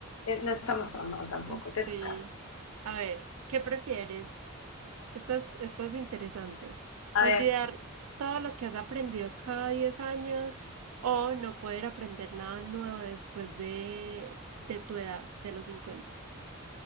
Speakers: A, on the left; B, on the right.
A: Eh, No estamos tan mal tampoco.
B: Sí.
A: Te toca.
B: A ver, ¿qué prefieres? Esta es, esta es interesante.
A: A
B: ¿Olvidar
A: ver.
B: todo lo que has aprendido cada 10 años o no poder aprender nada nuevo después de, de tu edad, de los cincuenta.